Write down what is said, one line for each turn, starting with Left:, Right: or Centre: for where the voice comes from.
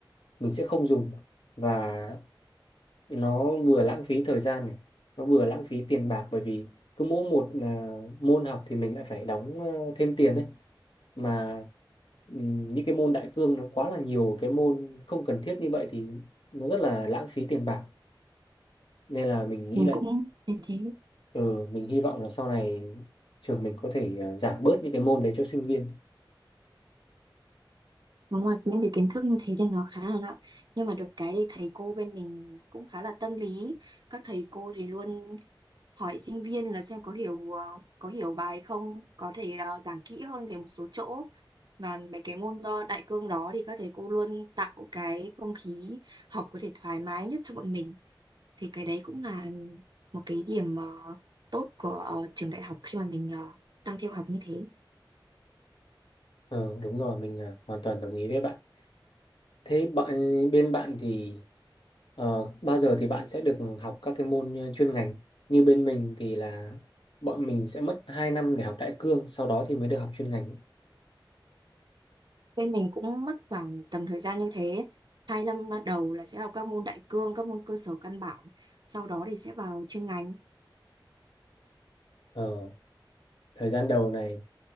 Left: mình sẽ không dùng và nó vừa lãng phí thời gian này nó vừa lãng phí tiền bạc bởi vì cứ mỗi một à, môn học thì mình lại phải đóng ờ, thêm tiền đấy mà ừm, những cái môn đại cương nó quá là nhiều cái môn không cần thiết như vậy thì nó rất là lãng phí tiền bạc nên là mình nghĩ
Right: Mình
Left: là
Right: cũng thấy thế.
Left: ừ, mình hy vọng là sau này trường mình có thể ờ, giảm bớt những cái môn đấy cho sinh viên
Right: Và Ngoài những cái kiến thức như thế thì nó khá là nặng. Nhưng mà được cái thì thầy cô bên mình cũng khá là tâm lý. Các thầy cô thì luôn hỏi sinh viên là xem có hiểu ờ, có hiểu bài không có thể ờ, giảng kỹ hơn về một số chỗ và mấy cái môn ờ, đại cương đó thì các thầy cô luôn tạo cái không khí học có thể thoải mái nhất cho bọn mình thì cái đấy cũng là một cái điểm ờ, tốt của ờ, trường đại học khi mà mình ờ, đang theo học như thế
Left: ờ đúng rồi mình ờ, hoàn toàn đồng ý với bạn Thế bạn bên bạn thì ờ, bao giờ thì bạn sẽ được học các cái môn ờ, chuyên ngành? Như bên mình thì là bọn mình sẽ mất 2 năm để học đại cương, sau đó thì mới được học chuyên ngành. ấy.
Right: bên mình cũng mất khoảng tầm thời gian như thế hai năm đầu là sẽ học các môn đại cương các môn cơ sở căn bản sau đó thì sẽ vào chuyên ngành
Left: Ờ, thời gian đầu này